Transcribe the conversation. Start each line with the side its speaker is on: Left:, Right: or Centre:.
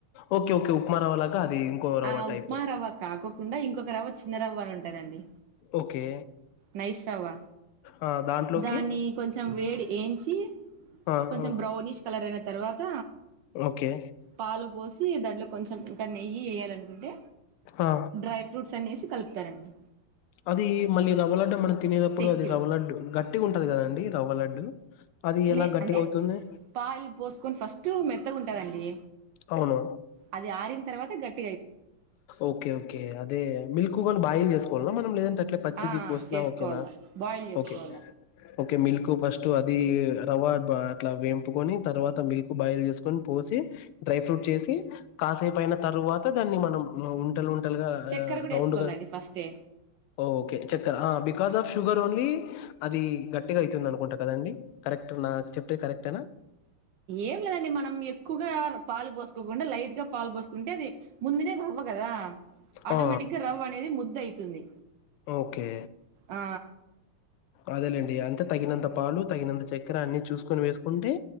Left: ఓకే. ఓకే. ఉప్మా రవ్వలాగా అది ఇంకో రవ్వ
Right: ఆ
Left: టైపు.
Right: ఉప్మా రవ్వ కాకోకుండా ఇంకొక రవ్వ చిన్నరవ్వ అని ఉంటదండి
Left: ఓకే.
Right: నైస్ రవ్వ
Left: ఆ! దాంట్లోకి
Right: దాని కొంచెం వేడి ఏంచి
Left: ఆ!
Right: కొంచెం
Left: ఆ!
Right: బ్రౌనిష్ కలర్ అయిన తర్వాత
Left: ఓకే.
Right: పాలు పోసి దాంట్లో కొంచెం ఇంకా నెయ్యి వేయ్యాలనుకుంటే
Left: ఆ!
Right: డ్రై ఫ్రూట్స్ అన్నేసి కలుపుతారండి
Left: అది మళ్ళీ రవ్వలడ్డు మనం తినేటప్పుడు
Right: చక్కెర
Left: అది రవ్వలడ్డు గట్టిగా ఉంటది కదండి రవ్వలడ్డు అది
Right: లే
Left: ఎలా గట్టిగా
Right: అంటే
Left: అవుతుంది
Right: పాలు పోసుకొని ఫస్ట్ మెత్తగుంటదండి
Left: అవును
Right: అది ఆరిన తర్వాత గట్టి
Left: ఓకే ఓకే అదే మిల్క్ కూడా బాయిల్ చేసుకోవాల మనం లేదంటే లేదంటే పచ్చిది
Right: ఆ
Left: పోసిన
Right: చేసుకోవాల
Left: ఓకెనా
Right: బాయిల్ చేసుకోవాల
Left: ఓకె ఓకె మిల్క్ ఫస్ట్ అది రవ్వ అట్లా వేంపుకొని తర్వాత మిల్క్ బాయిల్ చేసుకొని పోసి డ్రై ఫ్రూట్ చేసి కాసేపుయిన తరువాత దాన్ని మనం ఉంటలు ఉంటలుగా
Right: చక్కెర కూడా
Left: రౌండ్
Right: వేసుకోవాలండి
Left: గా
Right: ఫస్టే
Left: ఓ ఓకే చెక్కర్ బికాస్ ఆఫ్ షుగర్ ఓన్లీ అది గట్టిగా అయితుంది అనుకుంటా కదండి కరెక్ట్ నా చెప్పేది కరెక్టేనా
Right: ఏం లేదండి మనం ఎక్కువగా పాలు పోసుకోకుండా లైట్ గా పాలు పోసుకుంటే అది ముందునే రవ్వ కదా ఆటోమేటిక్
Left: ఆ
Right: గా రవ్వ అనేది ముద్ద అయితుంది
Left: ఓకే
Right: ఆ
Left: అదేలేండి అంతే తగినంత పాలు తగినంత చక్కెర అన్ని చూసుకొని వేసుకుంటే